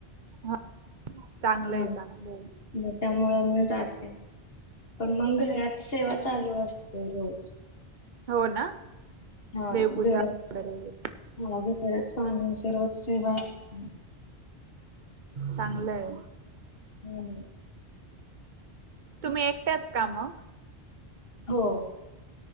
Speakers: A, on the right; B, on the left.
A: हा चांगलंय
B: हा
A: चांगलंय
B: मग त्यामु मग जातते. पण मग घरात सेवा चालू असते रोज
A: हो ना.
B: हा
A: देवपूजा
B: घरात
A: वगैरे
B: हा घरात पाणींची रोज सेवा असते.
A: चांगलंय.
B: नाही नाही.
A: तुम्ही एकट्याच काम.
B: हो.